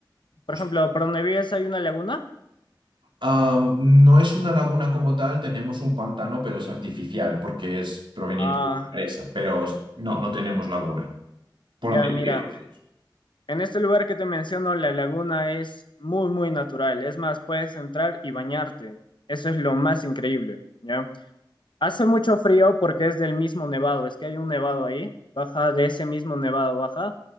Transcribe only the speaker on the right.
Hostia.
Ah, no es una laguna como tal, tenemos un pantano, pero es artificial porque es proveniente
de una presa, pero no, no tenemos laguna. Por
lo tanto,